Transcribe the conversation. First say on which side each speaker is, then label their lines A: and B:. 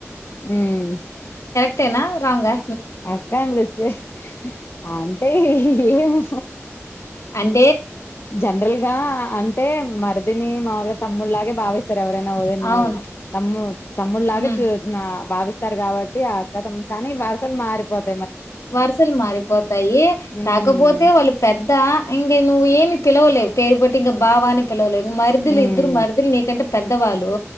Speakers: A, on the left (about 50°); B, on the left (about 80°).
A: మ్మ్
B: రెక్ట్నా రాంగ్ ఆ
A: అక్క అని పిలిస్తే అంతే ఏమో
B: అం
A: జనరల్ గా అంటే మరిదిని మాములుగా తమ్ముళ్లాగే భావిస్తారు ఎవరైనా <unintelligible>
B: అవును.
A: తమ్ముల్ తమ్ముళ్లాగ
B: హ్మ్.
A: చూడ్ నా భావిస్తారు కాబట్టి ఆ అక్కతం కానీ వరుసలు మారిపోతా
B: వరుసలు మారిపోతాయి
A: ఉమ్
B: కాకపోతే వాళ్ళు పెద్ద ఇంక నువ్వు ఏమి పిలవలేవు. పేరు పెట్టి ఇంకా బావా అని పిలవలేవు. మరిదిలిద్దరు
A: ఉమ్
B: మరిదులు నీ కంటే పెద్దవాళు